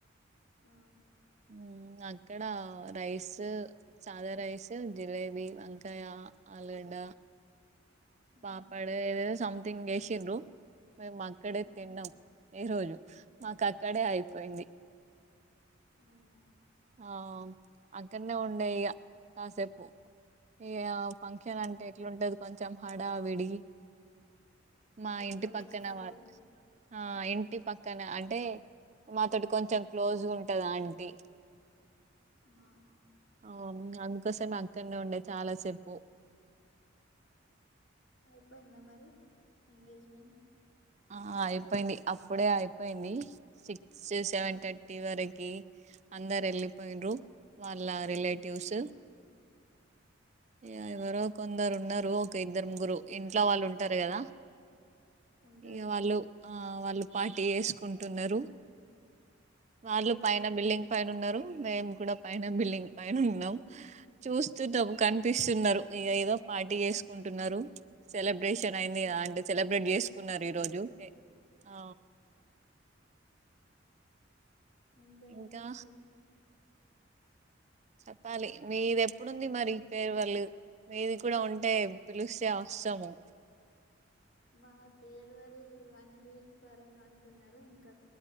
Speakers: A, on the left (about 70°); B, on the right (about 35°).
A: ఆ
B: మ్ అక్కడ రైస్ సాదా రైస్ జిలేబీ వంకాయ ఆలుగడ్డ ద
A: ఆ
B: పాపడ ఏదై సంథింగ్ వేసిండ్రు మేము అక్కడే
A: అవునా
B: తిన్నాం ఈ రోజు మాకు అక్కడే అయిపోయింది
A: అవునా
B: ఆ అక్కడనే ఉండే ఇయా కాసేపు ఇయా ఫంక్షన్
A: ఆ
B: అంటే ఎట్లాంటది కొంచెం హడా విడి మా
A: చుట్టాలు
B: ఇంటి పక్కన
A: వస్తారు
B: వారు ఆ ఇంటి పక్కన అంటే మాతోటి కొంచెం క్లోజ్ గు వుంటాది ఆంటీ
A: ఆ
B: అ అందుకోసమే ఆక్కనే వుండే చాలా సేపు
A: ఐపోయిందా మరి ఎంగేజ్మెంట్
B: ఆ అయిపోయింది అప్పుడే అయిపోయింది సిక్స్ సెవెన్
A: ఆ
B: థర్టీ వరకు కి అందరు వెళ్ళిపోయుండ్రు వాళ్ళ రిలేటివ్స్హు యా
A: అవునా
B: యవారో కొందరు ఉన్నరూ రో ఒక ఇద్దరు ముగ్గురు ఇంట్లో వాళ్ళు ఉంటారు కదా
A: ఉంటారు
B: ఇక వాళ్ళు ఆ వాళ్ళు పార్టీ ఏసుకుంటున్నారు వాళ్ళ
A: ఆ
B: పైన బిల్డింగ్ పైన వున్నారు మేము కూడా పైన బిల్డింగ్ పైన వున్నాం చూస్తూన్నాం కనిపిస్తున్నారు ఇగ ఏదో పార్టీ చేసుకున్టునారు సెలబ్రేషన్ అయిండి గా ఆంటే సెలబ్రేట్ కున్నారు
A: అవును
B: ఈ రోజు ఏ ఆ
A: ఇంకేంటి
B: ఇంకా
A: మరి
B: చెప్పాలి మీది ఎప్పుడుంది మరి ఫెర్వాలు మీది కూడా ఉంటే పిలిస్తే ఆ వస్తాము
A: మా పేర్వల్ వన్ వీక్ వరకు అంటున్నారు ఇంకా